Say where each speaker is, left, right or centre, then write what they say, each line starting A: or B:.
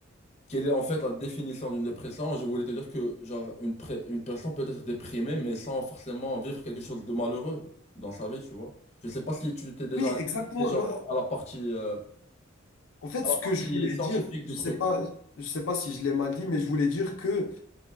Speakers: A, on the left; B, on the left.
A: quelle est en fait la définition d'une dépression. Je voulais te dire que genre une, pré- une personne peut être déprimée mais sans forcément vivre quelque chose de malheureux dans sa vie, tu vois. Je sais pas si tu t'es déjà
B: Oui,
A: intéressé
B: exactement.
A: genre,
B: Non,
A: à la partie, euh,
B: en fait,
A: à
B: ce
A: la partie
B: que je voulais
A: scientifique
B: dire,
A: du
B: je
A: truc.
B: sais pas, je sais pas si je l'ai mal dit, mais je voulais dire que